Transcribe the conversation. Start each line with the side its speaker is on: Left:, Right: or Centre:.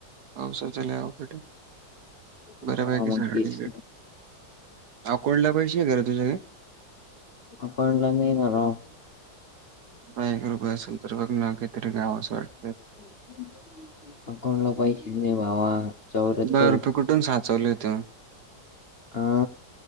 Right: पावसाचं लय अवघडे. बऱ्यापैकी
Left: हा मग
Right: सकड
Left: तेच
Right: अकोडला पैसे आहे घर तुझ्या काय?
Left: अकाउंटला नाही येणा राव.
Right: एक रुग असेल तर बघ ना काहीतरी गावाचं वाटतं.
Left: <inaudible> अकाउंटला पैसेच नाही भावा चौऱ्याहत्तर
Right: दहा रुपये कुठून <unintelligible> साचवले होते म.
Left: हा